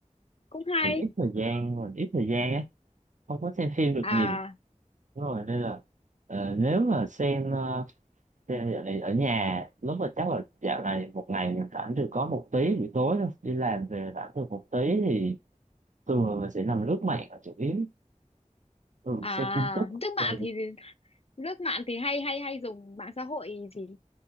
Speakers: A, on the left (about 50°); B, on the right (about 70°).
A: Cũng hay.
B: thì ít thời gian mà ít thời gian á không có xem phim được
A: À
B: nhiều đúng rồi nên là ờ, nếu mà xem ờ, xem dạo này ở nhà lúc mà chắc là dạo này một ngày mình rảnh được có một tí buổi tối thôi đi làm về rảnh được một tí thì thường là mình sẽ nằm lướt mạng là chủ yếu thường
A: à
B: xem tin tức
A: trước
B: ừ,
A: bạn thì lướt mạng thì hay hay hay dùng mạng xã hội gì